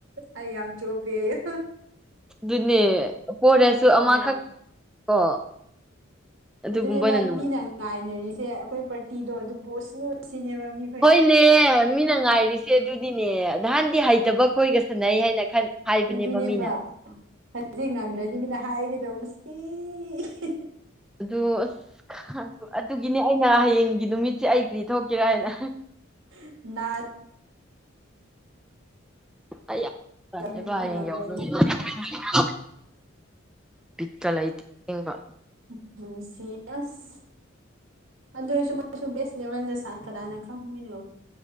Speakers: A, on the right; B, in the centre.
A: ꯑꯩ ꯌꯥꯝ ꯆꯣꯞꯄꯦꯌꯣ
B: ꯑꯗꯨꯅꯦ ꯄꯣꯔꯁꯨ ꯑꯃꯈꯛ
A: ꯍꯣꯏ
B: ꯀꯣ ꯑꯗꯨꯒꯨꯝꯕꯅ
A: ꯑꯗꯨꯅꯦꯕ
B: ꯅꯨꯡ
A: ꯃꯤꯅ ꯉꯥꯏꯅꯔꯤꯁꯦ ꯑꯩꯈꯣꯏ ꯄꯥꯔꯇꯤꯗꯣ ꯑꯗꯨ ꯄꯣꯁꯅꯨ ꯁꯤꯅꯦꯕ ꯃꯤ
B: ꯍꯣꯏꯅꯦ ꯃꯤꯅ ꯉꯥꯏꯔꯤꯁꯦ ꯑꯗꯨꯗꯤꯅꯦ ꯅꯍꯥꯟꯗꯤ ꯍꯩꯇꯕ ꯈꯣꯏꯒ ꯁꯥꯟꯅꯩ ꯍꯥꯏꯅ ꯈꯟ ꯍꯥꯏꯕꯅꯦꯕ
A: ꯑꯗꯨꯅꯦꯕ
B: ꯃꯤꯅ
A: ꯍꯟꯖꯤꯛ ꯉꯝꯗ꯭ꯔꯗꯤ ꯃꯤꯅ ꯍꯥꯏꯒꯗꯧꯕꯁꯤ ꯏꯍꯤ ꯍꯤ
B: ꯑꯗꯨ ꯑꯁ ꯈꯟꯁꯨ ꯑꯗꯨꯒꯤꯅꯦ ꯑꯩꯅ ꯍꯌꯦꯡꯒꯤ ꯅꯨꯃꯤꯠꯁꯦ ꯑꯩ ꯀ꯭ꯔꯤ ꯊꯣꯛꯀꯦꯔꯥ ꯍꯥꯏꯅ
A: ꯍꯍ ꯅꯥꯠ
B: ꯑꯩ ꯌꯥꯝ
A: ꯅꯥꯒꯅꯤ
B: ꯇꯜꯂꯦꯕ
A: ꯃꯣꯏ
B: ꯍꯌꯦꯡ
A: ꯉꯝꯗ꯭ꯔꯗꯤ
B: ꯌꯧ <unintelligible> ꯕꯤꯠꯀ ꯂꯩꯇꯦ ꯁꯦꯡꯕ
A: ꯎꯝ ꯅꯨꯡꯁꯤ ꯑꯁ ꯑꯗꯣꯏꯁꯨ ꯃꯥꯏꯁꯨ ꯕꯦꯁ ꯂꯦꯚꯦꯜꯗ ꯁꯥꯟ ꯀꯅꯥꯅ ꯈꯪ ꯉꯣꯏꯅꯣ